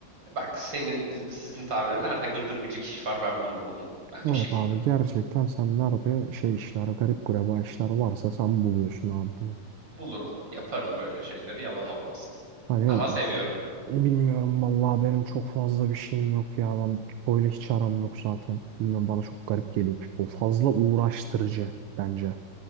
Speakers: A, on the right; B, on the right.
A: Bak senin bizde sizin tabiri nerede gıldırgıcık iş var ben bulurum onu. Ben bir
B: Evet
A: şekilde
B: abi
A: bulurum.
B: gerçekten sen nerede şey işler, garip gureba işler varsa sen buluyorsun abi bunu.
A: Bulurum yaparım böyle şeyleri yalan olmasın.
B: Hani
A: Ama seviyorum.
B: bilmiyorum vallahi benim çok fazla bir şeyim yok ya. Ben Pipo ile hiç aram yok zaten. Bilmiyorum bana çok garip geliyor Pipo. Fazla uğraştırıcı bence.